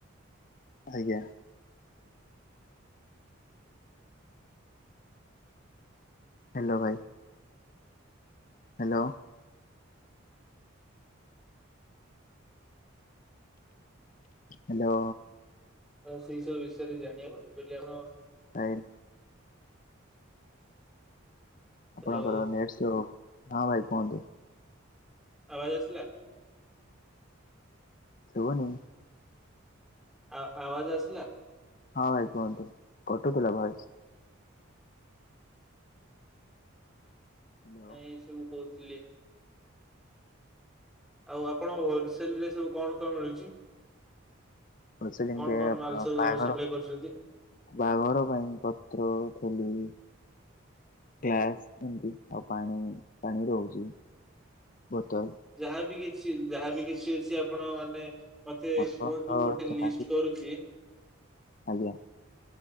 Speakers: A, on the left; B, in the centre.
A: ଆଜ୍ଞା। ହାଲୋ ଭାଇ ହାଲୋ। ହାଲୋ।
B: ତ ସେଇ ସବୁ ବିଷୟରେ ଜାଣିବା ଦୁରିୟାନ।
A: ନାଇନ।
B: ହ୍ୟାଲୋ।
A: ଆପଣଙ୍କର ନେଟ ସ୍ଲୋ ହଁ ଭାଇ କୁହନ୍ତୁ।
B: ଆବାଜ ଆସିଲା।
A: ଶୁଭନି।
B: ଆ ଆବାଜ ଆସଲା।
A: ହଁ ଭାଇ କୁହନ୍ତୁ କଟୁଥିଲା ଭଏସ। ହ୍ୟାଲୋ
B: ନାଇଁ ଏସବୁ କହୁଥିଲି। ଆଉ ଆପଣଙ୍କ ହୋଲସେଲ ରେ ସବୁ କଣ କଣ ମିଳୁଛି।
A: ହୋଲସେଲିଙ୍ଗ
B: କଣ
A: ରେ
B: କଣ
A: ଆପଣ
B: ମାଲ ସବୁ
A: ବାହାଘର
B: ଏବେ ସପ୍ଲାଏ କରୁଛନ୍ତି?
A: ବାହାଘର ପାଇଁ ପତ୍ର। ଖୋଲିବି। ଗ୍ଲାସ ଏମତି ଆଉ ପାଣି ପାଣି ରହୁଛି ବୋତଲ।
B: ଯାହାବି କିଛି ଯାହାବି କିଛି ଅଛି ଆପଣ ମାନେ। ମତେ
A: ଆପଣଙ୍କର
B: କୁହନ୍ତୁ ମୁଁ ଗୋଟେ
A: ଯାହା
B: ଲିଷ୍ଟ
A: ବି
B: କରୁଛି।
A: ଆଜ୍ଞା।